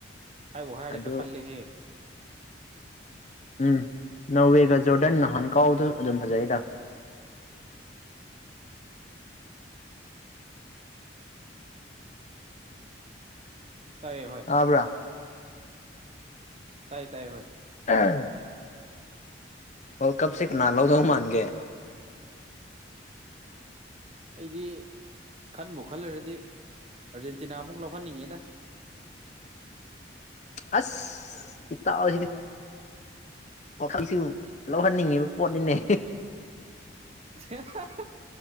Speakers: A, on the right; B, on the left.
A: ꯍꯥꯏꯕꯣ ꯍꯥꯏꯔꯗꯤ
B: ꯑꯗꯨ
A: ꯈꯔ ꯀꯜꯂꯦꯍꯦ
B: ꯎꯝ ꯅꯣꯔꯋꯦꯒ ꯖꯣꯔꯗꯟ ꯅꯍꯥꯟ ꯀꯥꯎꯕꯗꯨ ꯑꯗꯨꯝ ꯐꯖꯩꯗ
A: ꯇꯥꯏꯑꯦ ꯍꯣꯏ
B: ꯇꯥꯕ꯭ꯔꯥ
A: ꯇꯥꯏ ꯇꯥꯏꯌꯦ ꯍꯣꯏ
B: <unintelligible> ꯋꯥꯔꯜ ꯀꯞꯁꯤ ꯀꯅꯥ ꯂꯧꯗꯧ ꯃꯥꯟꯒꯦ
A: ꯑꯩꯗꯤ ꯈꯟꯕꯨ ꯈꯜꯂꯔꯗꯤ ꯑꯔꯖꯦꯟꯇꯤꯅꯥ ꯑꯃꯨꯛ ꯂꯧꯍꯟꯅꯤꯡꯉꯦꯗ
B: ꯑꯁ ꯏꯇꯥꯎꯁꯤꯗꯤ ꯋꯥꯈꯛꯁꯨ ꯂꯧꯍꯟꯅꯤꯡꯉꯤꯕ ꯄꯣꯠꯅꯤꯅꯦ
A: ꯍꯥ ꯍꯥ